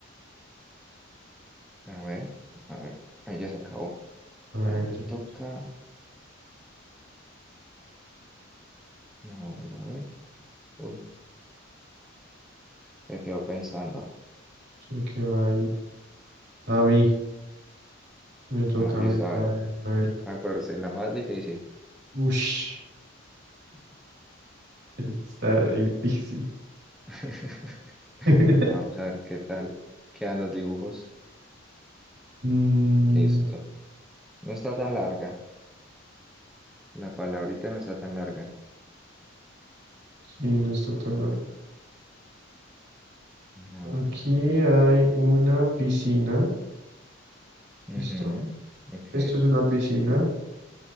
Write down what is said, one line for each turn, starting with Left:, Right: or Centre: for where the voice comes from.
Centre: A ver, a ver. Ahí ya se acabó.
Right: A ver,
Centre: Ahí
Right: aquí
Centre: le toca.
Right: quién toca.
Centre: A ver, a ver. Uy, se quedó pensando.
Right: Sé que va ahí. A mí. Me toca
Centre: Ah,
Right: a
Centre: listo,
Right: mí otra
Centre: hágale.
Right: vez. A ver.
Centre: Acuérdese, la más difícil.
Right: Ush. <laughs> Está re difícil.
Centre: <laughs>
Right: <laughs>
Centre: Vamos a ver qué tal quedan los dibujos.
Right: Mm,
Centre: Listo. No está tan larga. La palabrita no está tan larga.
Right: sí, no está tan largo.
Centre: A ver.
Right: Aquí hay una piscina,
Centre: Ujú.
Right: ¿listo?
Centre: Ok.
Right: Esto es una piscina